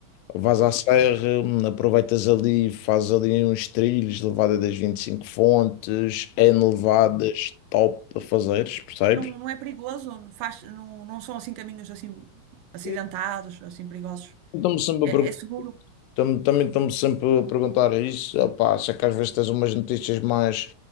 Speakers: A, on the left (about 80°); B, on the right (about 80°).
A: Vais
B: Ok.
A: à serra, hum, aproveitas ali, fazes ali uns trilhos, levada das vinte e cinco fontes, N levadas,
B: Bom.
A: top para fazeres, percebes?
B: Mas não, não é perigoso? Não Faz, não, não são assim caminhos assim acidentados,
A: E
B: assim perigosos?
A: estão-me sempre
B: É,
A: a pergun-
B: é seguro?
A: Também estão-me sempre a perguntar isso, opá, se é que às vezes tens umas notícias mais.